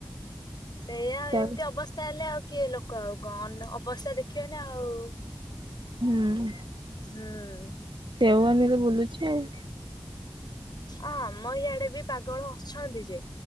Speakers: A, on the left; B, on the right.
A: ସେଇଆ
B: ସେଆକୁ
A: ଏମୀତି ଅବସ୍ଥା ହେଲେ ଆଉ କିଏ ଲୋକ ଆଉ ଗଣ ଅବସ୍ଥା ଦେଖିବନ ଆଉ
B: ହୁଁ
A: ହୁଁ
B: ସେଓାନୀରେ ବୁଲୁଛି ଆଉ
A: ଅ ଆମ ଇଆଡେ ବି ପାଗଳ ଅଛନ୍ତି ଯେ